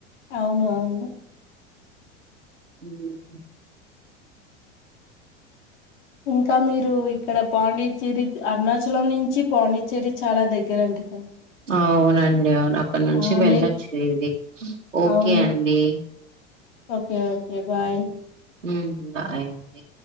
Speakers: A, on the left; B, on the right.
A: అవును అవును
B: హ్మ్.
A: ఇంకా మీరు ఇక్కడ పాండిచ్చేరి, అరుణాచలం నుంచి పాండిచ్చేరి చాలా దగ్గర అండి.
B: అవునండి అవును అక్కడ నుంచి
A: ఆ
B: వెళ్ళొచ్చు
A: మీరు
B: ఈసీ, ఓకే
A: అవునా
B: అండి
A: ఓకే ఓకే బాయ్.
B: మ్ బాయ్ అండి